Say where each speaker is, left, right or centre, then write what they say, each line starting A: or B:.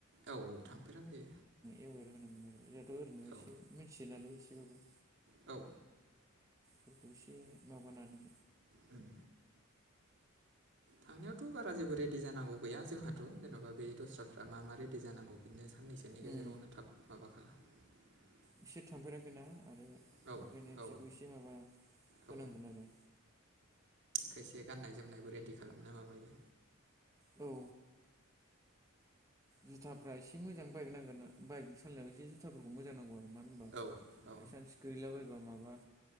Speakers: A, on the right (about 60°); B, on the right (about 15°).
A: औ औ थांफेराखै।
B: एवेर होनांगोन आरो जोंहाथ ओरैनो एसे
A: औ
B: मिथियो नालाय एसेबाबो।
A: औ
B: फोरखौ एसे माबानानै
A: उम थांनायावथ' बारा जेबो रेदि जानांगौ गैया जोंहाथ जेनबा बे दस्राफ्रा मा मा रेदि जांगौ बेनो। साननैसोनि गेजेरावनो
B: उम
A: थाब माबा खालामला।
B: बिसोर थांफेराखैना आरो ओंखायनो
A: औ औ
B: बिसोरखौ एसे माबा
A: औ
B: होनांगोन आरो।
A: खायसे गाननाय जोमनायबो रेडि खालामना माबायो।
B: औ जुथाफ्रा एसे मोजां बाइक नांगोना बाइक सालनायाव एसे जुथाफोरखौ मोजां नांगौ आरो। मानोहोनबा
A: औ औ
B: बायसान्स गैलैला बयबा माबा